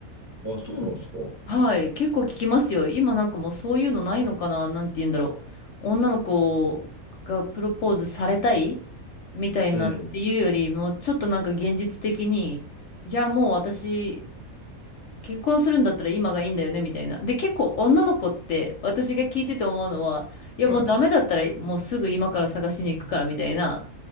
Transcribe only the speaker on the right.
あ、そうなんですか。
うん。
はい。